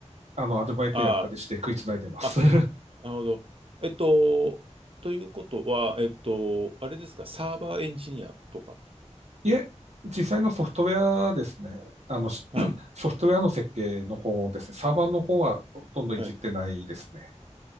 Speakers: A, on the right; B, on the right.
A: あの、アルバイトやったりして食いつないでます。
B: ああ、あ、
A: <laughs>
B: なるほど。えっと、ということは、えっと、あれですか、サーバーエンジニアとか。
A: いえ、実際のソフトウェアですね。あの、し
B: はい。
A: <coughs> <clears throat> ソフトウェアの設計の方ですね。サーバーの方はほとんどいじってないですね。
B: はい。